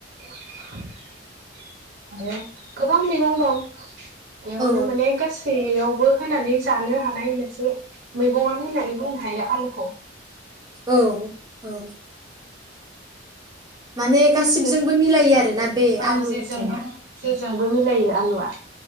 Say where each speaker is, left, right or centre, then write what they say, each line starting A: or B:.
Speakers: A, on the right; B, on the right.
A: <inaudible> आरो गोबां मैगं दं। एयावनो
B: औ
A: माने गासैयाव बो होनानै जानो हानाय मोनसे मैगं होननानै बुंनो हायो। आलुखौ
B: औ औ। माने गासिबजोंबो
A: जे
B: मिलायो आरोना। बे
A: औ
B: आलु
A: जेजोंबो।
B: होननाया
A: जेजोंबो मिलायो आलुआ।